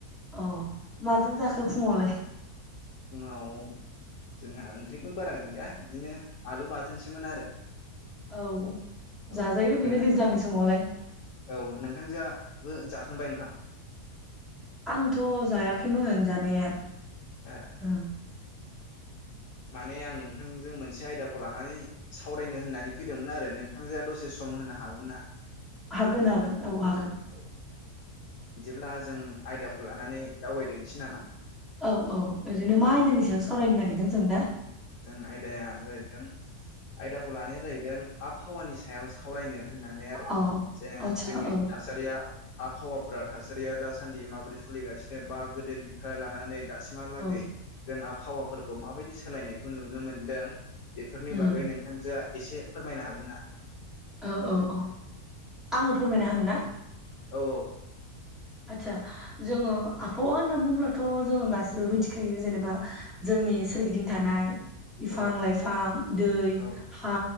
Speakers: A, in the centre; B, on the left (about 70°).
A: अ माजों जाखो फुङावलाय?
B: फुङाव जोंहा ओंख्रिबो बारा गैया बिदिनो आलु बाथोनसोमोन आरो
A: औ
B: औ
A: जाजायो बेनो
B: नोंथां
A: दैज्लांनि समावलाय
B: औ नोंथांजोआ-बो जाख खांबाय ओंखाम?
A: आंथ' जायाखैमोन जानाया।
B: ओ
A: ओं
B: माने आं नोंथांजों मोनसे आयदाखौ लानानै सावरायनो होननानै फैदोंमोन आरो नोंथांजोंआ दसे सम होनो हागोन ना?
A: हागोन-हागोन औ हागोन।
B: औ बिदिब्ला जों आयदाखौ लानानै दावबायदोनिसै नामा?
A: औ-औ ओरैनो मा
B: औ
A: आयदानि सायाव सावरायनो नागिरदों जों दा?
B: जों आयदाया जाहैदों आयदाखौ लानाया जाहैदों आबहावानि सायाव सावरायनो होननानै आरो
A: अ
B: जेन
A: आदसा
B: जोंनि
A: औ
B: थासारिया आबहावाफोरा थासारिया दासान्दि माबोरै सलिगासिनो बा गोदोनिफ्राय लानानै दासिमहालागै
A: औ
B: जोंहा हावाफोरखौ माबायदि सोलायनाय नुनो मोनदों। बेफोरनि
A: उम
B: बागै नोंथांजोंआ एसे फोरमायनो हागोन ना?
A: औ-औ-औ आङो फोरमायना होनो ना?
B: औ-औ।
A: आदसा जोङो आबहावा होनना बुंब्लाथ' जोङो गासिबो मिथिखायो जेनेबा जोंनि सोरगिदिं थानाय बिफां
B: औ
A: लाइफां दै
B: औ
A: हा